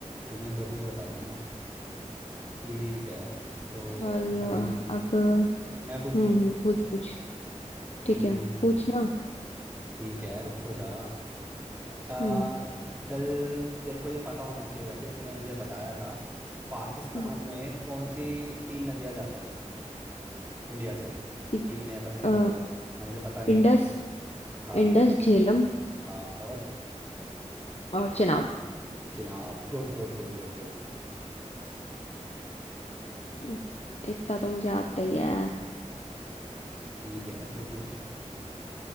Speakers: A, on the right; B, on the left.
A: तो मैंने दोनों को बता दिया ना ठीक है तो
B: चलो
A: भाई
B: अब हम्म
A: हम्म, मैं पूछूं
B: हम्म, पूछ पूछ ठीक
A: हम्म,
B: है पूछना
A: ठीक है रुक तो जा आ,
B: हम्म
A: चल तेरे को ये पता होना चाहिए वैसे तूने मुझे बताया था पाकिस्तान
B: हम्म,
A: में कौन सी तीन नदियां जाती है इंडिया से
B: ठीक,
A: तीन है पता नहीं
B: अ,
A: दो है ना मुझे पता नहीं
B: इंडस
A: है बट हाँ
B: इंडस
A: एंड
B: झेलम
A: हाँ और
B: और चेनाब
A: Chenab good good good good good
B: हम्म, इतना तो मुझे आता ही है
A: ठीक है तू पूछ